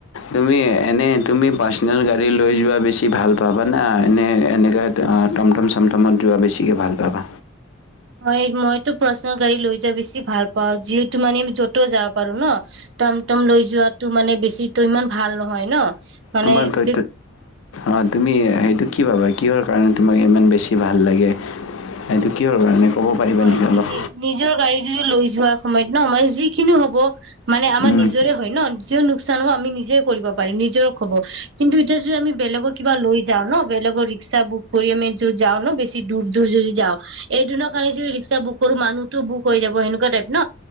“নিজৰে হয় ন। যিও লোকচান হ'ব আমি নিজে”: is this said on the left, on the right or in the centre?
Right